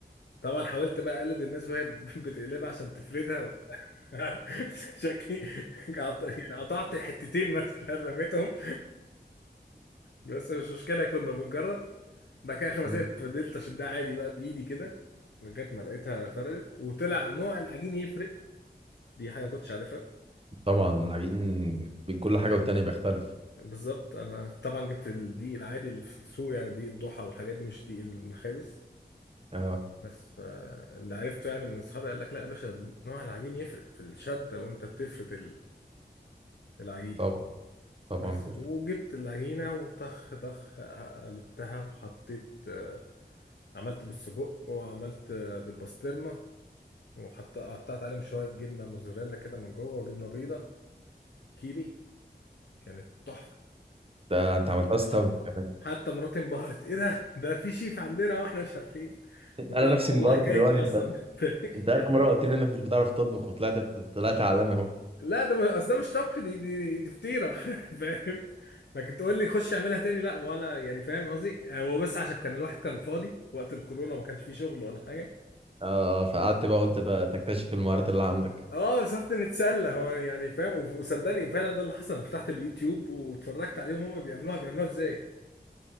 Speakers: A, on the left (about 80°); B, on the right (about 35°).
A: طبعا حاولت بقى اقلد الناس وهي <laughs> بتقلبها عشان تفردها وبتاع. <laughs> شكلي قعدت- يعني قطعت حتتين مثلا رميتهم بس مش مشكله كنا بنجرب بعد كده اخر ما
B: مم.
A: سقطت فضلت اشدها عادي بقى بايدي كده لغايه ما لقيتها فردت وطلع نوع العجين يفرق دي حاجه كنتش عارفها
B: طبعا العجين بين كل حاجه والتانيه بيختلف
A: بالظبط انا طبعا جبت الدقيق العادي اللي في السوق يعني دقيق الضحى والحاجات دي مش دقيق المخابز
B: اه
A: بس فاللي عرفته يعني من اصحابي قال لك لا يا باشا نوع العجين يفرق في الشده وانت بتفرد العجينة
B: طبعا طبعا
A: بس
B: بيفرق
A: وجبت العجينة وطخ طخ قلبتها وحطيت آه، عملت بالسجق وعملت آه، بالبسطرمة وحط قطعت عليهم شوية جبنة موزاريلا كده من جوه وجبنة بيضة كيري كانت تحفة
B: ده انت عملتها ستاف
A: حت-
B: كمان
A: حتى مراتي انبهرت ايه ده ده في شيف عندنا واحنا مش عارفين وانا
B: انا نفسي
A: والله
B: مبارك
A: حكايتي
B: دلوقتي انت
A: اصلا <laughs>
B: انت اخر مره قلت لي انك مش بتعرف تطبخ وطلعت طلعت عالمي اهو
A: لا ده م- اصل ده مش طبخ دي دي دي فطيره <laughs> فاهم لكن تقول لي خش اعملها تاني لا ولا يعني فاهم قصدي يعني هو بس عشان كان الواحد كان فاضي وقت الكورونا ما كانش فيه شغل ولا حاجه
B: اه فقعدت بقى قلت ده تكتشف المهارات اللي عندك
A: اه سافت نتسلى هو يعني فاهم وف- وصدقني فعلا ده اللي حصل انا فتحت اليوتيوب واتفرجت عليهم هما بيعملوها بيعملوها ازاي